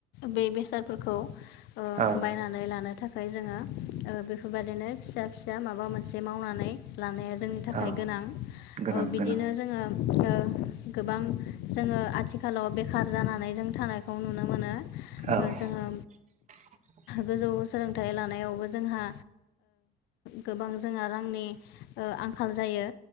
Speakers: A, on the left (about 80°); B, on the right (about 45°).
A: बे बेसादफोरखौ ओ
B: औ
A: बायनानै लानो थाखाय जोङो ओ बेफोरबायदिनो फिसा फिसा माबा मोनसे मावनानै लानाया जोंनि थाखाय
B: औ
A: गोनां
B: गोनां
A: औ बिदिनो
B: गोनां
A: जोङो ओ गोबां जोङो आथिखालाव बेखार जानानै जों थानायखौ नुनो मोनो‌।
B: औ
A: ओ जोङो
B: <inaudible>
A: गोजौ सोलोंथाइ लानायावबो जोंहा गोबां जोंहा रांनि ओ आंखाल जायो